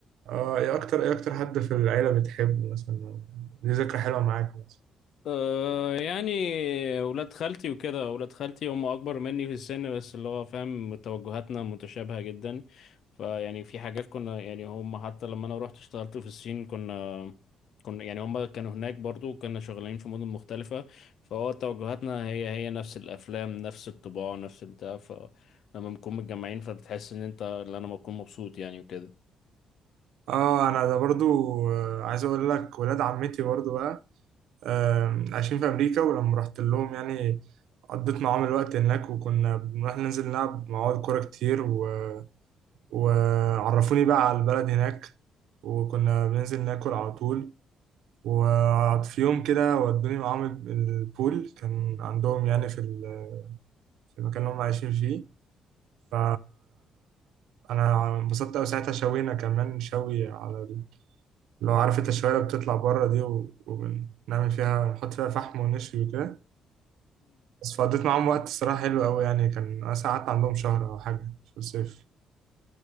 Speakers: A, on the right; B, on the left.
A: آه إيه أكتر إيه أكتر حد في العيلة بتحبه مثلا دي ذكرى حلوة معاك مثلا
B: أه يعني ولاد خالتي وكده ولاد خالتي هم اكبر مني في السن بس اللي هو فاهم توجهاتنا متشابهة جدا فيعني في حاجات كنا يعني هم حتى لما انا رحت اشتغلت في الصين كنا كنا يعني هم كانوا هناك برضو كنا شغالين في مدن مختلفة فهو توجهاتنا هي هي نفس الافلام نفس الطباع نفس البتاع فلما بنكون متجمعين فبتحس ان انت اللي انا بكون مبسوط يعني وكده
A: آه أنا ده برضو آه، عايز أقول لك ولاد عمتي برضو بقى آم، عايشين في أمريكا ولما رحت لهم يعني قضيت معاهم الوقت هناك وكنا بنروح ننزل نلعب مع بعض كورة كتير و وعرفوني بقى على البلد هناك وكنا بننزل ناكل على طول وفي يوم كده ودوني معاهم ال- البول كان عندهم يعني في ال- في المكان اللي هم عايشين فيه ف انا انبسطت قوي ساعتها شوينا كمان شوي على ال- لو عارف انت الشوايه اللي بتطلع بره دي و- وبنعمل فيها نحط فيها فحم ونشوي وكده بس فقضيت معاهم وقت الصراحه حلو قوي يعني كان انا قعدت عندهم شهر او حاجه في الصيف